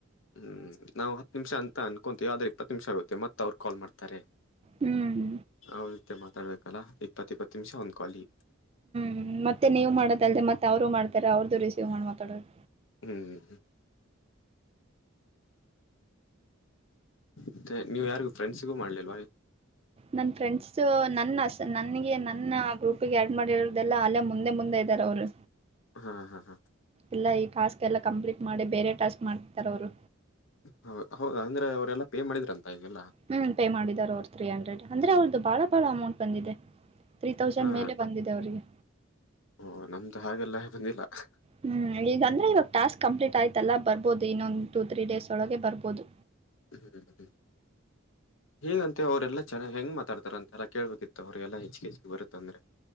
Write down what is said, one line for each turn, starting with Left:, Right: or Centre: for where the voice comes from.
Left: ಹ್ಮ್ ನಾವು ಹತ್ತು ನಿಮಿಷ ಅಂತ ಅನ್ಕೊಂತೀವಿ ಆದ್ರೆ ಇಪ್ಪತ್ತು ನಿಮಿಷ ಆಗುತ್ತೆ ಮತ್ತ ಅವರು ಕಾಲ್ ಮಾಡ್ತಾರೆ
Right: ಹ್ಮ್
Left: <unintelligible> ಮಾತಾಡ್ಬೇಕಲ್ಲ ಇಪ್ಪತ್ತು ಇಪ್ಪತ್ತು ನಿಮಿಷ ಒಂದು ಕಾಲಿ
Right: ಹ್ಮ್ ಮತ್ತೆ ನೀವು ಮಾಡೋದಲ್ದ ಮತ್ತ ಅವ್ರು ಮಾಡ್ತಾರೆ ಅವ್ರ್ದು ರಿಸೀವ್ ಮಾಡತಾಡೋದು.
Left: ಹ್ಮ್ ಹ್ಮ್ ಮತ್ತೆ ನೀವು ಯಾರಿಗೂ ಫ್ರೆಂಡ್ಸಿಗೂ ಮಾಡ್ಲಿಲ್ವಾ.
Right: ನನ್ ಫ್ರೆಂಡ್ಸ್ ನನ್ನ ನನಗೆ ನನ್ನ ಗ್ರೂಪ್ಗೆ ಆಡ್ ಮಾಡಿರದೆಲ್ಲ ಅಲ್ಲೇ ಮುಂದೆ ಮುಂದೆ ಇದ್ದಾರೆ ಅವ್ರು
Left: ಹಾ ಹಾ ಹಾ
Right: ಇಲ್ಲ ಈ ಟಾಸ್ಕ್ ಎಲ್ಲ ಕಂಪ್ಲೀಟ್ ಮಾಡಿ ಬೇರೆ ಟಾಸ್ಕ್ ಮಾಡ್ತಿತಾರ್ ಅವ್ರು
Left: ಹೌ ಹೌದ ಅಂದ್ರೆ ಅವರೆಲ್ಲಾ ಪೇ ಮಾಡಿದ್ರ ಅಂತ ಈಗೆಲ್ಲ
Right: ಹ್ಮ್ ಪೇ ಮಾಡಿದ್ದಾರೆ ಅವರು ತ್ರೀ ಹಂಡ್ರೆಡ್ ಅಂದ್ರೆ ಅವ್ರದು. ಭಾಳ ಭಾಳ ಅಮೌಂಟ್ ಬಂದಿದೆ ತ್ರೀ ತೌಸಂಡ್
Left: ಹಾ
Right: ಮೇಲೆ ಬಂದಿದೆ ಅವರಿಗೆ.
Left: ಓ ನಮ್ದು ಹಾಗೆಲ್ಲ <unintelligible>
Right: ಹ್ಮ್ ಈಗ ಅಂದ್ರೆ ಇವಾಗ ಟಾಕ್ ಕಂಪ್ಲೀಟ್ ಆಯತಲ್ಲ ಬರ್ಬಹದು ಇನ್ನೊಂದಂದು ಟೂ ತ್ರೀ ಡೇಸ್ ಒಳಗೆ ಬರ್ಬೋದು.
Left: ಹ್ಮ್ ಹ್ಮ್ ಹ್ಮ್ ಹೀಗಂತೆ ಅವ್ರೆಲ್ಲ ಚನ್ನಗ್ ಹೆಂಗ ಮಾತಡ್ತಾರಂತೆಲ್ಲ ಕೇಳ್ಬೇಕಿತ್ತು ಅವ್ರಿಗೆಲ್ಲ ಹೆಚ್ಚಿಗೆ ಹೆಚ್ಚಿಗೆ ಬರುತಂದ್ರೆ